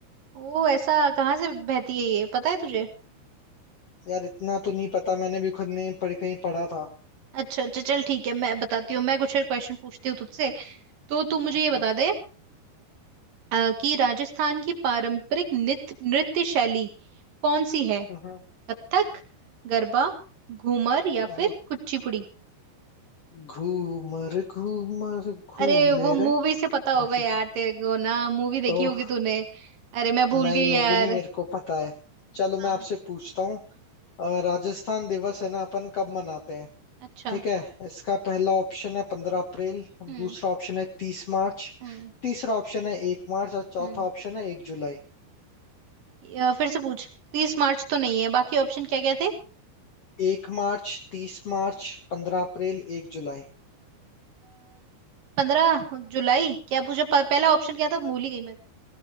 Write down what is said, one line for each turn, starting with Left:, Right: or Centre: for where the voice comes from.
Right: ओ ऐसा कहाँ से बहती है ये पता है तुझे
Left: यार इतना तो नहीं पता मैंने भी खुद नहीं पढ़ कहीं पढ़ा था
Right: अच्छा अच्छा चल ठीक है मैं बताती हूँ मैं कुछ क्वेश्चन पूछती हूँ तुझसे तो तू मुझे
Left: अहं,
Right: ये बता दे अ, कि राजस्थान की पारंपरिक नृत्य नृत्य शैली कौन सी है
Left: अहं,
Right: कथक गरबा घूमर या
Left: अहं।
Right: फिर कुचिपुड़ी
Left: घूमर घूमर घूमे
Right: अरे वो मूवी
Left: रे
Right: से पता होगा
Left: वही
Right: यार तेरे को ना मूवी देखी
Left: तो
Right: होगी तूने अरे मैं भूल
Left: नई
Right: गई
Left: मूवी
Right: यार
Left: नहीं मेरे को पता है चलो
Right: हाँ
Left: मैं आपसे पूछता हूँ अ, राजस्थान दिवस है ना अपन कब मनाते हैं
Right: अच्छा
Left: ठीक है इसका पहला ऑप्शन है पंद्रह अप्रैल दूसरा
Right: हम्म
Left: ऑप्शन है तीस मार्च
Right: हम्म
Left: तीसरा ऑप्शन है एक मार्च और चौथा
Right: हम्म
Left: ऑप्शन है एक जुलाई
Right: अ, फिर से पूछ तीस मार्च तो नहीं है बाकी ऑप्शन क्या क्या थे
Left: एक मार्च तीस मार्च पंद्रह अप्रैल एक जुलाई
Right: पंद्रह जुलाई क्या पूछा प- पहला ऑप्शन क्या था भूल ही गई मैं